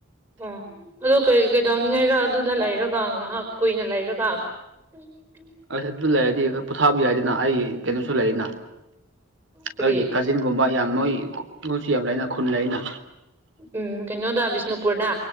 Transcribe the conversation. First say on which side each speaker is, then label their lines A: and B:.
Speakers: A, on the right (about 20°); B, on the right (about 60°).
A: ꯑꯣ ꯑꯗꯣ ꯀꯩ ꯀꯩꯗꯧꯅꯤꯡꯉꯥꯏꯔ ꯑꯗꯨꯗ ꯂꯩꯔꯒ ꯉꯥꯏꯍꯥꯛ ꯀꯨꯏꯅ ꯂꯩꯔꯒ ꯇ <unintelligible>
B: ꯑꯁ ꯑꯗꯨ ꯂꯩꯔꯗꯤ ꯄꯣꯊꯥꯕꯤ ꯌꯥꯏꯗꯅ ꯑꯩꯒꯤ ꯀꯩꯅꯣꯁꯨ ꯂꯩꯔꯤꯅ
A: ꯀꯔꯤ
B: ꯑꯩꯒꯤ ꯀꯥꯖꯤꯟꯒꯨꯝꯕ ꯌꯥꯝ ꯃꯣꯏ ꯃꯣꯏꯁꯨ ꯌꯥꯝ ꯂꯩꯅ ꯈꯨꯟ ꯂꯩꯅ
A: ꯎꯝ ꯀꯩꯅꯣꯗ ꯕꯤꯁꯅꯨꯄꯨꯔꯗ